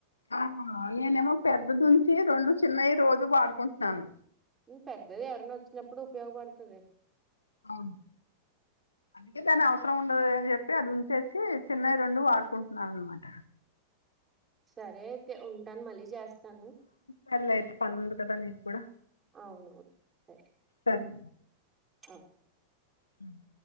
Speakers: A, on the left (about 80°); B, on the right (about 20°).
A: ఆహా నేనేమో పెద్దదుంచి రెండు చిన్నవి రోజు వాడుకుంటున్నాను
B: పెద్దది ఎవరైన ఓచ్చినప్పుడు ఉపయోగపడుతది
A: అవును అందుకే దాని అవసరం ఉండదు. అని చెప్పి అది ఉంచేసి చిన్నవి రెండు వాడుకుంటున్నాను అనమాట
B: సరే అయితే ఉంటాను మళ్ళీ చేస్తాను
A: సరలే అయితే పని ఉంది కదా నీకు కూడా
B: అవునవును సరే
A: సరే
B: అ
A: సరే